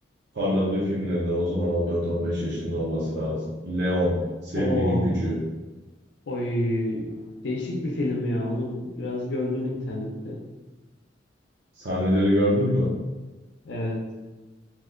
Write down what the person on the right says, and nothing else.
parladığı filmlerinden o zaman 14-15 yaşında olması lazım. Leon, Sevginin
Gücü.
Sahneleri gördün mü?